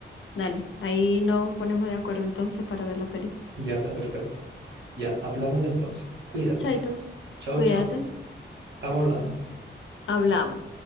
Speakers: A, on the left; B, on the right.
A: dale. Ahí nos ponemos de acuerdo entonces para ver la peli.
B: Ya está perfecto. Ya, hablámosle entonces. Cuídate.
A: Chaito,
B: Chao,
A: cuídate.
B: chao. estamos hablando.
A: Hablamos.